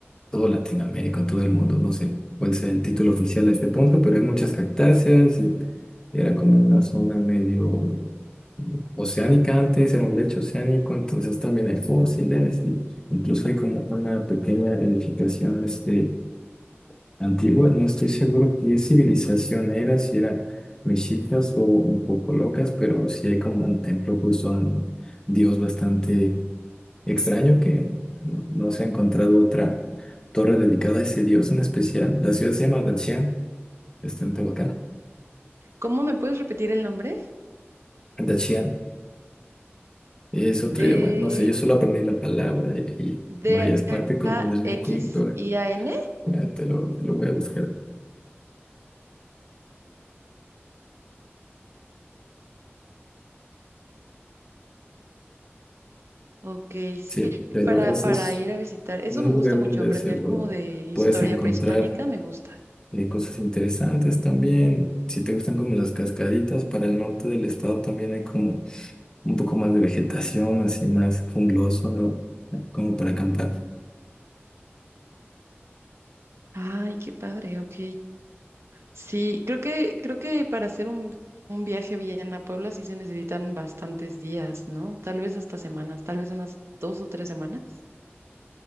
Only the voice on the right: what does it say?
¿Cómo me puedes repetir el nombre?
De
D-A-X-I-A-N.
Ok, sí,
para,
para
ir a visitar. Eso
me
gusta mucho,
aprender
como de historia
prehispánica, me gusta.
Ay, qué padre, ok. Sí, creo que, creo que para hacer un, un viaje bien a Puebla sí se necesitan bastantes días, ¿no? Tal vez hasta semanas, tal vez unas dos o tres semanas